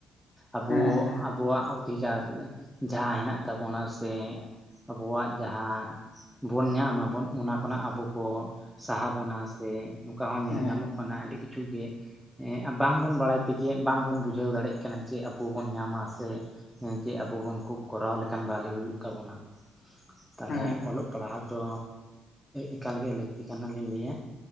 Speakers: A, in the centre; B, on the left.
A: ᱟᱵᱚ
B: ᱦᱮᱸ
A: ᱟᱵᱚᱣᱟᱜ ᱛᱷᱤᱠᱟᱨ ᱡᱟᱦᱟᱸ ᱦᱮᱱᱟᱜ ᱛᱟᱵᱚᱱᱟ ᱥᱮ ᱟᱵᱚᱣᱟᱜ ᱡᱟᱦᱟᱸ ᱵᱚᱱ ᱧᱟᱢ ᱟᱵᱚᱱ ᱚᱱᱟ ᱠᱷᱚᱱᱟᱜ ᱟᱵᱚ ᱠᱚ ᱥᱟᱦᱟ ᱵᱚᱱᱟ ᱥᱮ ᱱᱚᱝᱠᱟ ᱦᱚᱸ ᱧᱮᱞ
B: ᱦᱮᱸ
A: ᱧᱟᱢᱚᱜ ᱠᱟᱱᱟ ᱯᱟᱱᱟ ᱟᱹᱰᱤ ᱠᱤᱪᱷᱩ ᱜᱮ ᱦᱮᱸ ᱵᱟᱝᱵᱚᱱ ᱵᱟᱲᱟᱭ ᱛᱮᱜᱮ ᱵᱟᱝᱵᱚᱱ ᱵᱩᱡᱷᱟᱹᱣ ᱫᱟᱲᱮᱭᱟᱜ ᱠᱟᱱᱟ ᱪᱮ ᱟᱵᱚ ᱵᱚᱱ ᱧᱟᱢᱟ ᱥᱮ ᱦᱮᱸ ᱪᱮᱫ ᱟᱵᱚ ᱵᱚᱱ ᱠᱚ ᱠᱚᱨᱟᱣ ᱞᱮᱠᱷᱟᱱ ᱵᱷᱟᱞᱤ ᱦᱩᱭᱩᱜ ᱛᱟᱵᱚᱱᱟ ᱛᱟᱦᱚᱞᱮ
B: ᱦᱮᱸ
A: ᱚᱞᱚᱜ ᱯᱟᱲᱦᱟᱣ ᱫᱚ ᱮᱠᱟᱞᱜᱮ ᱞᱟᱹᱠᱛᱤ ᱠᱟᱱᱟᱞᱤᱧ ᱞᱟᱹᱭᱟ